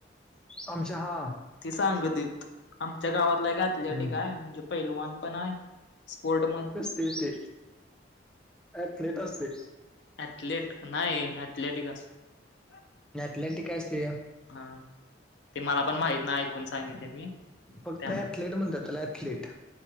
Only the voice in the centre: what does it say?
आमच्या हा.
हम्म
ते ते ऐथल्याट असते.
अथलेटिक असते.
फक्त
ऍथलीट म्हणतात त्याला ऍथलीट.